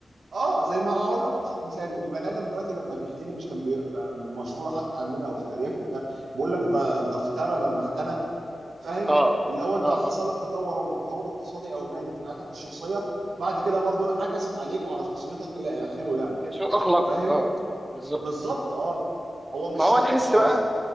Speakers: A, on the right; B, on the right.
A: اه زي ما هقول لك ابسط مثال البني ادم دلوقتي لما بيختني مش كان بي... مشهوره حتى عندنا او في الارياف وبتاع بيقول لك ده دفتره لما اختنى فاهم
B: اه
A: اللي هو انت
B: اه
A: حصل
B: اه
A: لك تطور او تطور اقتصادي او مالي في حياتك الشخصيه بعد كده برضه انعكست عليك وعلى شخصيتك الى اخره يعني
B: سوء اخلاقك
A: فاهم
B: اه بالظبط
A: بالظبط اه هو مش
B: ما هو
A: شرط
B: تحس
A: ان ده
B: بقى
A: يحصل